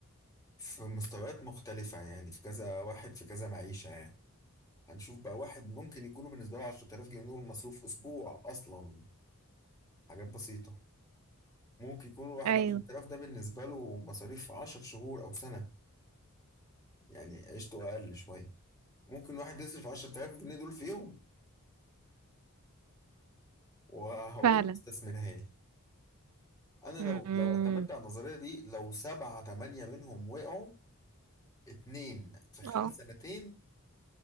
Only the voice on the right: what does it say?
ايوه
فعلا
امم
اه